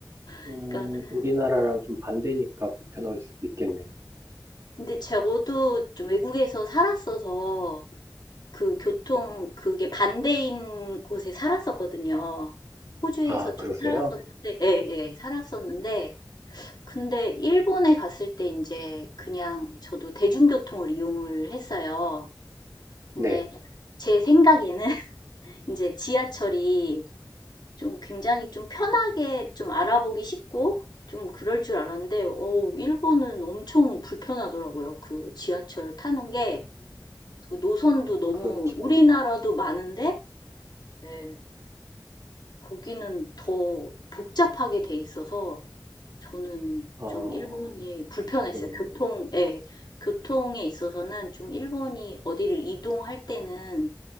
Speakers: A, on the right (about 40°); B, on the left (about 65°).
A: 음,
B: 그러니까,
A: 우리나라랑
B: 예.
A: 좀 반대니까 불편할 수도 있겠네요.
B: 근데 저도 좀 외국에서 살았어서 그 교통, 그게 반대인 곳에 살았었거든요. 호주에서
A: 아,
B: 좀
A: 그러세요?
B: 살았었는데, 예, 예, 살았었는데, 근데 일본에 갔을 때 이제 그냥 저도 대중교통을 이용을 했어요. 근데
A: 네.
B: 제 생각에는 <laughs> 이제 지하철이 좀 굉장히 좀 편하게 좀 알아보기 쉽고 좀 그럴 줄 알았는데, 어, 일본은 엄청 불편하더라고요. 그 지하철 타는 게
A: 음,
B: 노선도 너무
A: 그렇죠.
B: 우리나라도 많은데, 예, 거기는 더 복잡하게 돼 있어서 저는
A: 아,
B: 좀 일본이
A: 그러셨구나.
B: 불편했어요. 교통, 예, 교통에 있어서는 좀 일본이 어디를 이동할 때는